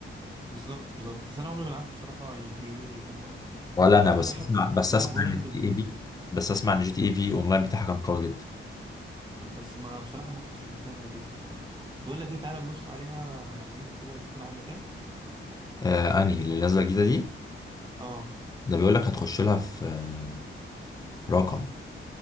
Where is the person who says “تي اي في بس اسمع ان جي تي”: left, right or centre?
Left